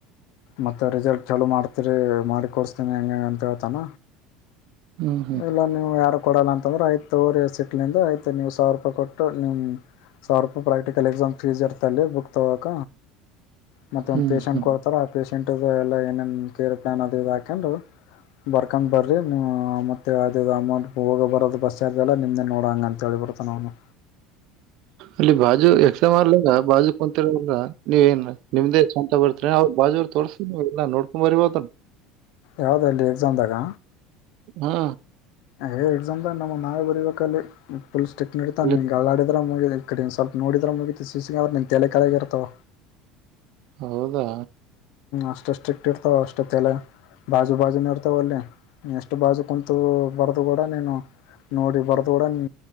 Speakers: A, on the left; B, on the right.
A: ಮತ್ತೆ ರಿಸಲ್ಟ್ ಚಲೊ ಮಾಡ್ತರಿ ಮಾಡಿ ಕೋರ್ಸ್ತೇನಿ ಹೆಂಗೆ ಹಂಗೆ ಅಂತ ಹೇಳ್ತಾನ.
B: ಹ್ಮ್ ಹ್ಮ್
A: ಇಲ್ಲ ನೀವು ಯಾರು. ಕೊಡಲ್ಲ ಅಂತಂದ್ರೆ ಆಯ್ತು ತಗೊರಿ ಸಿಟ್ಲಿಂದ ಆಯ್ತು ನೀವು ಸವ್ರ್ ರೂಪಾಯಿ ಕೊಟ್ಟು ನಿಮ್ಮ ಸಾವಿರ್ ರೂಪಾಯ್ ಪ್ರಾಕ್ಟಿಕಲ್ ಎಕ್ಸಾಮ್ ಫೀಸ್ ಇರ್ತಲ್ಲಿ ಬುಕ್ ತಗೋಕ. ಮತ್ತ ಒಂದ್
B: ಹ್ಮ್
A: ಪೇೇಶಂಟ್
B: ಹ್ಮ್
A: ಕೊಡ್ತಾರ ಆ ಪೇಷಂಟ್ ಎಲ್ಲ ಏನೇನ್ ಕೇರ್ ಪ್ಲಾನ್ ಅದು ಇ ಹಾಕೊಂಡು ಬರ್ಕ್ಮ್ ಬರ್ರಿ ನೀವ್ ಮತ್. ಮತ್ತೆ ಆದೀದು ಅಮೌಂಟ್ ಹೋಗೋ ಬರೋದು ಬಸ್ ಚಾರ್ಜ ಎಲ್ಲಾ ನಿಮ್ಮ್ದೇ ನೋಡೋಂಗ ಅಂತ ಹೇಳಿಬಿಡ್ತನ ಅಂವನು.
B: ಇಲ್ಲಿ ಬಾಜು ಎಕ್ಸ ಮಾಡಲಾಲ ಬಾಜು ಕುಂತಿರೆ ಎಲ್ಲಾ <unintelligible> ನೀವ ಏನ್ ನಿಮ್ದೇ ಸ್ವಂತ ಬರ್ತೀರಿ ಅವ್ ಬಾಜೂರು ತೋರ್ಸಿ ನೀವೆಲ್ಲ ನೋಡ್ಕೊಂಬರಿ <unintelligible>
A: ಯಾವ್ದ ಅಲ್ಲಿ ಎಕ್ಸಾಮ ದಾಗ
B: ಹಾ
A: ಏ ಎಕ್ಸಾಮ್ ದಾಗ ನಮ್ಮದ ನಾವೇ ಬರಿಬೇಕ. ಕಲ್ಲಿ ಪುಲ್ ಸ್ಟಿಕ್ ನಡಿತಾವ
B: ಅಲ್ಲಿ-
A: ನಿ ಹಿಂಗ್ ಅಲ್ಲಾಡಿದ್ರ ಮುಗಿ <unintelligible> ಈ ಕಡಿನ್ ಸ್ವಲ್ಪ ನೋಡಿದ್ರ ಮುಗಿತ ಸಿಸಿ ಕ್ಯಾಮ್ರಾ ನಿನ್ ತೆಲಿ ಕೆಳಗೆ ಇರ್ತವ.
B: ಹೌದಾ
A: ಅಷ್ಟು ಸ್ಟ್ರಿಕ್ಟ್ ಇರ್ತಾವ ಅಷ್ಟೊತ್ತೆಲ್ಲ ಬಾಜು ಬಾಜುನೆ ಇರ್ತವ ಅಲ್ಲಿ ಎಷ್ಟ ಎಷ್ಟ ಬಾಜು ಕುಂತು ಬರದು ಕೂಡ ನೀನು ನೋಡಿ ಬರ್ದು ಕೂಡ ನಿ